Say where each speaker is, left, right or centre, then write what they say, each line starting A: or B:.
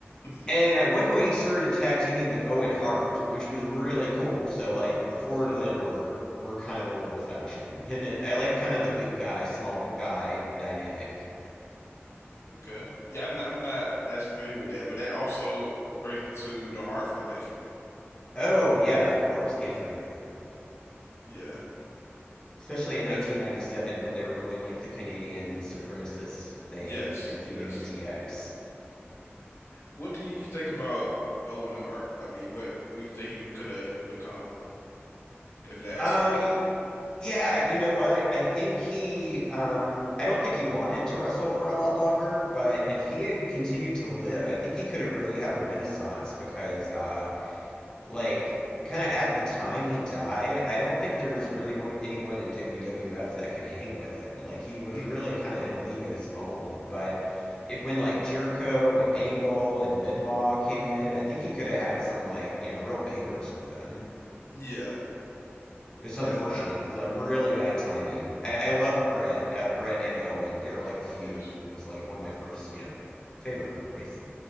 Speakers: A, on the left; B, on the left.
A: <laughs>
B: and at one point, he started tag teaming with Owen Hart, which was really cool. So like the four
A: Hmm.
B: of them were were kind of a little faction. Him and I like kind
A: Okay.
B: of the big guy, small guy dynamic.
A: Okay. Yeah, I'm, not, I'm not as familiar with that, but that also brings me to the Heart Foundation.
B: Oh yeah, of course, can't forget them.
A: Yeah,
B: Especially in 1997
A: definitely.
B: when they were doing like the Canadian supremacist thing
A: Yes.
B: and feuding
A: Yes.
B: with DX.
A: What do you think about Owen Hart? I mean, what what do you think he could have become if that
B: Um,
A: accident had
B: Yeah, you know what? I think he, um, I don't think he wanted to wrestle for a lot longer, but
A: happened?
B: if he had continued to live, I think he could have really had a renaissance because, uh, like, kind of at the time he died, I don't think there was really wa- anyone in WWF that could hang with him. Like, he was
A: hmm
B: really
A: hmm
B: kind of in a league of his own. But it, when like Jericho and Angle and Benoit came in, I think he could have had some, like, you know, real bangers with them.
A: Yeah,
B: It's
A: definitely.
B: unfortunate.
A: I,
B: It's like really bad timing. I, I love
A: mhm.
B: Brett, uh, Brett and Owen. Their like feud
A: Yes.
B: was like one of my first, you know, favorite memories.